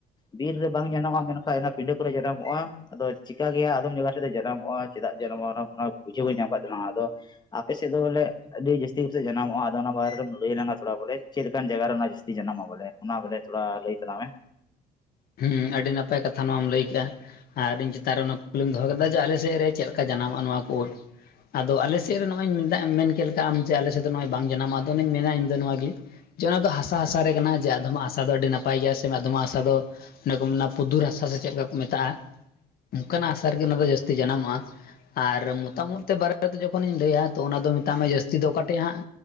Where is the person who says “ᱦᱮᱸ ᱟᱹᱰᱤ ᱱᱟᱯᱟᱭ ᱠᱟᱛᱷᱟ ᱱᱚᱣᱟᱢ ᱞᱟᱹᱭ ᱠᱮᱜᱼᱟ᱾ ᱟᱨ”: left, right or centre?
Left